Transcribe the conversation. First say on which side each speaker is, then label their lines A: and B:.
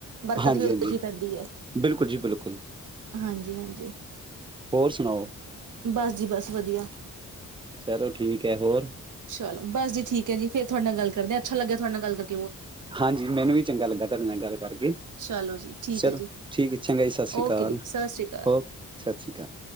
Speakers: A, on the right; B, on the right.
A: ਬਰਕਤ
B: ਹਾਂਜੀ
A: ਵੀ ਓਹੋ
B: ਹਾਂਜੀ
A: ਜੀ ਪੈਂਦੀ ਐ।
B: ਬਿਲਕੁਲ ਜੀ ਬਿਲਕੁਲ
A: ਹਾਂਜੀ -ਹਾਂਜੀ
B: ਹੋਰ ਸੁਣਾਓ
A: ਬਸ ਜੀ ਬਸ ਵਧੀਆ।
B: ਚਲੋ ਠੀਕ ਹੈ ਹੋਰ
A: ਚਲੋ, ਬਸ ਜੀ ਠੀਕ ਐ ਜੀ ਫੇਰ ਤੁਡਾ- ਨਾਲ ਗੱਲ ਕਰਦੇ ਆ। ਅੱਛਾ ਲੱਗਿਆ ਤੁਆਡੇ ਨਾਲ ਗੱਲ ਕਰ-
B: ਹਾਂਜੀ ਮੈਨੂੰ ਵੀ ਚੰਗਾ ਲੱਗਾ ਤਾਡੇ ਨਾਲ ਗੱਲ ਕਰਕੇ।
A: ਚਲੋ ਜੀ ਠੀਕ
B: ਚਲੋ
A: ਹੈ ਜੀ
B: ਠੀਕ ਏ ਚੰਗਾ ਜੀ ਸਾਸਰੀ
A: ਓਕੇ
B: ਕਾਲ
A: ਜੀ ਸਤਿ ਸ਼੍ਰੀ ਅਕਾਲ
B: ਓ ਸਸਰੀ ਕਾਲ।